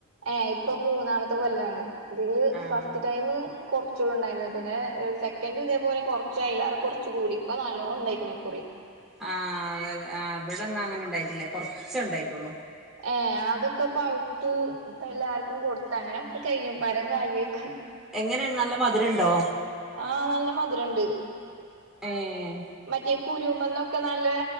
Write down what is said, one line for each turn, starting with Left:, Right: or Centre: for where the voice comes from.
Right: ഏഹ് ഇപ്പം മൂന്നാമത്തെ കൊല്ലാണ് ഇതീൽ
Centre: ആഹ്
Right: ഫസ്റ്റ് ടൈമ് കൊർച്ചൊള്ളൂ ണ്ടായീന്നെ പിന്നെ സെക്കന്റും ഇതേപോലെ കൊർച്ചേ അയിലാറെ കൊർച്ച് കൂടി ഇപ്പൊ നല്ലോണണ്ടായിക്ണ് ഇക്കുറി.
Centre: ആ അതന്നെ ആ ഇബടെന്നാങ്ങനെ ഇണ്ടായിട്ടില്ല കൊർച്ചെ ഇണ്ടായിട്ടൊള്ളൂ
Right: ഏ ആദ് ഒക്കെ പൗത്ത് ഇപ്പെല്ലാർക്കും കൊട്ത്ത് അങ്ങനൊക്കെ കയിഞ്ഞു മരം കാല്യായിക്ണ്.
Centre: ങ്ങനെള്ള് നല്ല മധുരണ്ടോ
Right: ആ നല്ല മധുരണ്ട്
Centre: ഏഹ്
Right: മറ്റേ കുരൂമന്നൊക്കെ നല്ലേ